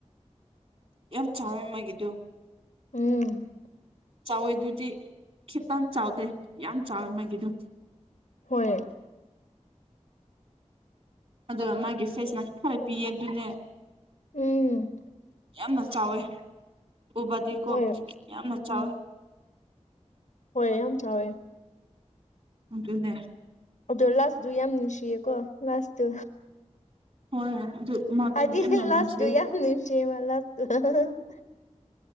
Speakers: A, on the right (about 60°); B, on the left (about 85°).
A: ꯌꯥꯝ ꯆꯥꯎꯋꯦ ꯃꯥꯒꯤꯗꯨ
B: ꯎꯝ
A: ꯆꯥꯎꯋꯦꯗꯨꯗꯤ ꯈꯤꯇꯪ ꯆꯥꯎꯗꯦ ꯌꯥꯝ ꯆꯥꯎꯋꯦ ꯃꯥꯒꯤꯗꯨ
B: ꯍꯣꯏ
A: ꯑꯗꯨꯒ ꯃꯥꯒꯤ ꯐꯦꯁꯅ ꯈꯔ ꯄꯤꯌꯦ ꯑꯗꯨꯅꯦ
B: ꯎꯝ
A: ꯌꯥꯝꯅ ꯆꯥꯎꯋꯦ ꯎꯕꯗꯤꯀꯣ
B: ꯍꯣꯏ
A: ꯌꯥꯝꯅ ꯆꯥꯎꯋꯤ
B: ꯎꯝ ꯍꯣꯏ ꯌꯥꯝ ꯆꯥꯎꯋꯦ
A: ꯑꯗꯨꯅꯦ
B: ꯑꯗꯨ ꯂꯥꯁꯗꯨ ꯌꯥꯝ ꯅꯨꯡꯁꯤꯌꯦꯀꯣ ꯂꯁꯇꯨ
A: ꯍꯣꯏ ꯑꯗꯨ ꯃꯥꯗꯨ
B: ꯍꯥꯏꯗꯤ
A: ꯌꯥꯝꯅ
B: ꯂꯥꯁꯗꯨ
A: ꯅꯨꯡꯁꯤꯌꯦ
B: ꯌꯥꯝ ꯅꯨꯡꯁꯤꯌꯦ ꯕꯥ ꯂꯥꯁꯇꯨ